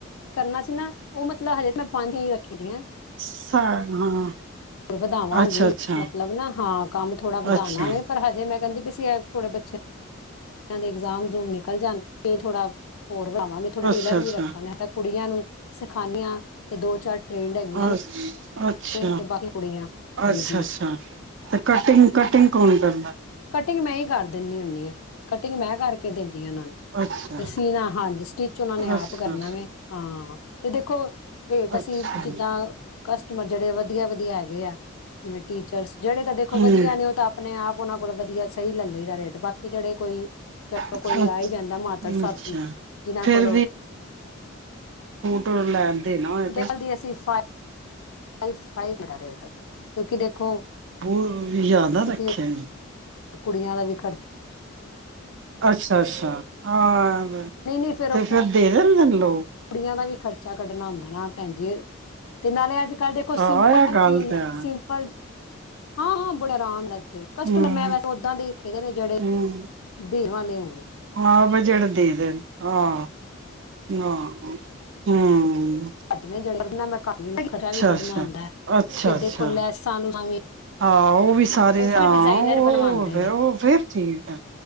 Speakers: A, on the left (about 85°); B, on the right (about 60°).
A: ਕਰਨਾ ਸੀ ਨਾ ਉਹ ਮਤਲਬ ਹਜੇ ਮੈਂ ਪੰਜ ਹੀ ਰੱਖੀ ਦੀ ਐਂ।
B: ਸਾ ਹਾਂ
A: ਹੋਰ ਵਧਾਵਾਂਗੀ,
B: ਅੱਛਾ-ਅੱਛਾ,
A: ਮਤਲਬ ਨਾ ਹਾਂ ਕੰਮ ਥੋੜਾ ਵਧਾਣਾ
B: ਅੱਛਾ,
A: ਵੇ ਪਰ ਹਜੇ ਮੈਂ ਕਹਿੰਦੇ ਵੀ ਸੀ ਏ ਥੋੜੇ ਬੱਚਿਆਂ ਦੇ ਇਗਜ਼ਾਮ ਇਗਜੂਮ ਨਿਕਲ ਜਾਣ, ਫ਼ੇਰ ਥੋੜ੍ਹਾ ਹੋਰ ਵਧਾਵਾਂਗੇ ਥੋੜੇ
B: ਅੱਛਾ-ਅੱਛਾ।
A: ਟੇਲਰ ਵੀ ਰੱਖਾਂਗੇ, ਮੈਂ ਤਾਂ ਕੁੜੀਆਂ ਨੂੰ ਸਿਖਾਂਦੀਆਂ ਤੇ ਦੋ ਚਾਰ ਟ੍ਰੇਨਡ ਹੈਗੀਆਂ
B: ਅੱਛ ਅ ਅੱਛਾ,
A: ਨੇ ਤੇ ਬਾਕੀ ਕੁੜੀਆਂ ਹਾਂਜੀ
B: ਅੱਛਾ, ਅੱਛਾ ਤੇ ਕਟਿੰਗ-ਕਟਿੰਗ ਕੌਣ ਕਰਦਾ।
A: ਕਟਿੰਗ ਵੀ ਮੈਂ ਹੀ ਕਰ ਦਿੰਨੀ ਹੁੰਦੀ ਹਾਂ, ਕਟਿੰਗ ਮੈਂ ਕਰਕੇ ਦਿੰ ਦੀਆਂ ਨਾਲ਼ੋਂ
B: ਅੱਛਾ,
A: ਤੇ ਸੀਨਾ, ਹਾਂਜੀ ਸਟਿਚ ਉਹਨਾਂ ਨੇ ਆਪ
B: ਅੱਛਾ-ਅੱਛਾ,
A: ਕਰਨਾ ਵਾ ਹਾਂ। ਤੇ ਦੇਖੋ ਰੇਟ ਅਸੀਂ
B: ਅੱਛਾ
A: ਜਿੱਦਾਂ
B: ਜੀ,
A: ਕਸ ਬੜੇ ਵਧੀਆ- ਵਧੀਆ ਹੈਗੇ ਆ, ਜਿਵੇਂ ਟੀਚਰਸ ਜਿਹੜੇ ਤਾਂ ਦੇਖੋ
B: ਹੂੰ,
A: ਵਧੀਆ ਨੇ ਉਹ ਤਾਂ ਆਪਣੇ ਆਪ ਉਹਨਾਂ ਕੋਲ ਵਧੀਆ ਸਹੀ ਲੈ ਲਈ ਰੇਟ ਵੱਧ ਕਿ ਜਿਹੜੇ ਕੋਈ ਚਲੋ
B: ਅੱਛਾ।
A: ਕੋਈ ਆ ਹੀ ਜਾਂਦਾ ਮਾਤੜ ਸਾਥੀ
B: ਅੱਛਾ,
A: ਜਿਨਾਂ
B: ਫੇਰ
A: ਕੋਲੋਂ
B: ਟ ਲੈ ਦੇਣਾ ਹੋਏ ਤੇ
A: ਦੇਖਲਦੀ ਅਸੀਂ ਫਾਈ ਫ ਫਾਈਵ ਰੇਟ ਕਿਉਂਕਿ ਦੇਖੋ
B: ਬਹੁ ਜ਼ਿਆਦਾ
A: ਕਿਉਂਕਿ
B: ਰੱਖਿਆ ਏ।
A: ਕੁੜੀਆਂ ਦਾ ਵੀ ਖਰਚ
B: ਅੱਛਾ, ਅੱਛਾ ਆਹ
A: ਨਹੀਂ ਨਹੀਂ ਫੇਰ
B: ਤੇ
A: ਉਹ
B: ਫਿਰ ਦੇ ਦੇਂਦੇ ਨੇ ਲੋਕ
A: ਕੁੜੀਆਂ ਦਾ ਵੀ ਖਰਚ ਚਾ ਕੱਢਣਾ ਹੁੰਦਾ ਨਾ। ਭੈਣਜੀ ਤੇ ਨਾਲੇ ਅੱਜ- ਕੱਲ੍ਹ ਦੇਖੋ,
B: ਹਾਂ
A: ਸਿੰਪਲ
B: ਇਹ ਗੱਲ
A: ਕੀ
B: ਤੇ ਹੈ
A: ਸਿੰਪਲ ਹਾਂ ਹਾਂ ਬੜੇ ਆਰਾਮ ਨਾਲ ਕਸਟਮਰ
B: ਹਮ
A: ਮੈਂ ਵੈਸੇ ਉਦਾਂ ਦੇ ਦੇਖੇ ਦੇ ਨੇ ਜਿਹੜੇ
B: ਹਮ
A: ਦੇਹਾਂ <unintelligible>
B: ਹਾਂ ਬਈ <unintelligible> ਜਿਹੜਾ ਦੇ ਦੇਣ। ਹਾਂ। ਹਾਂ। ਹੂੰ।
A: ਕੱਟ ਨੇ ਜਿਹੜੇ। ਮੈਂ ਕੱ ਖਰਚਾ ਵੀ ਕੱਢਣਾ
B: ਅੱਛਾ
A: ਆਉਂਦਾ
B: ਅੱਛਾ
A: ਫੇਰ
B: ਅੱਛਾ
A: ਦੇ ਕੋ ਲੈਸਾਂ ਵੀ <unintelligible>
B: ਹਾਂ, ਉਹ ਵੀ ਸਾਰੇ
A: ਉਹ ਫਿਰ
B: ਹਾਂ।
A: ਡਿਜ਼ਾਇਨਰ
B: ਉਹ
A: ਬਣਵਾਉਂਦੇ
B: ਫੇਰ
A: ਨੇ
B: ਉਹ ਫਿਰ ਠੀਕ ਹੈ